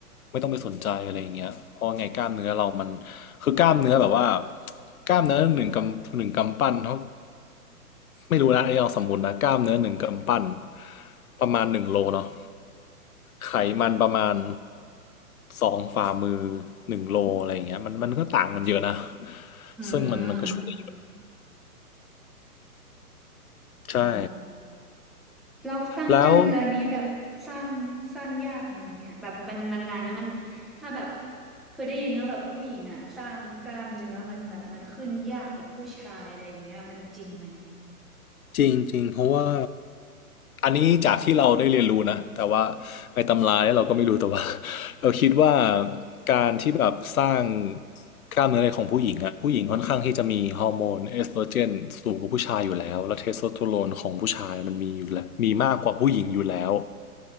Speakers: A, on the left; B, in the centre.
A: ไม่ต้องไปสนใจอะไรอย่างเงี้ยเพราะว่าไงกล้ามเนื้อเรามันคือกล้ามเนื้อแบบว่ากล้ามเนื้อหนึ่งกำหนึ่งกำปั้นเท่าไม่รู้นะอันนี้ลองสมมตินะกล้ามเนื้อหนึ่งกำปั้นประมาณหนึ่งโลเนาะไขมันประมาณสองฝ่ามือหนึ่งโลอะไรอย่างเงี้ยมันมันก็ต่างกันเยอะนะ
B: อืม
A: ซึ่งมันมันก็ช่วยได้เยอะใช่
B: อ๋อ เราสร้างกล้ามเนื้อนี้แบบสร้างสร้างยากไหมเนี่ยแบบมันมันนานไหมมัน
A: แล้ว
B: ถ้าแบบเคยได้ยินว่าแบบผู้หญิงอ่ะสร้างกล้ามเนื้อมันแบบมันขึ้นยากกว่าผู้ชายอะไรอย่างเงี้ยมันจริงไหม
A: จริงจริงเพราะว่าอันนี้จากที่เราได้เรียนรู้นะแต่ว่าในตำราเนี่ยเราก็ไม่รู้แต่ว่า <laughs> เราคิดว่าการที่แบบสร้างกล้ามเนื้อในของผู้หญิงอะผู้หญิงค่อนข้างที่จะมีฮอร์โมนเอสโตรเจนสูงกว่าผู้ชายอยู่แล้วและเทสโทสเตอโรนของผู้ชายมันมีอยู่แล้วมีมากกว่าผู้หญิงอยู่แล้ว